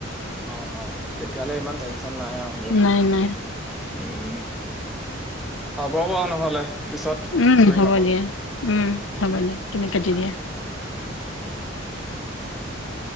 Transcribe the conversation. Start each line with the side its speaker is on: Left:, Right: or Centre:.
Centre: অ-অ তেতিয়াহলে ইমান টেনচন নাই আৰু দিয়ক।
Left: নাই নাই
Centre: উম, হ'ব বাৰু নহ'লে। পিছত
Left: উম
Centre: কৰিম
Left: হ'ব
Centre: আকৌ
Left: দিয়া, উম হ'ব দিয়া তুমি কাটি দিয়া।
Centre: <inaudible>